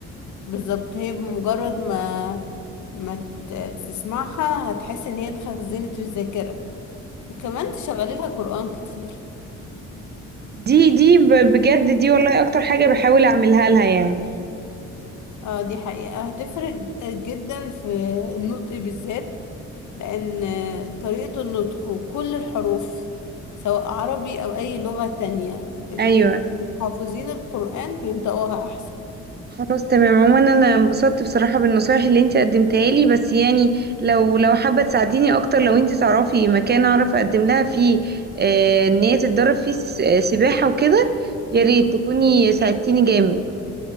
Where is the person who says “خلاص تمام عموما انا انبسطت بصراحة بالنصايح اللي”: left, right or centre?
Right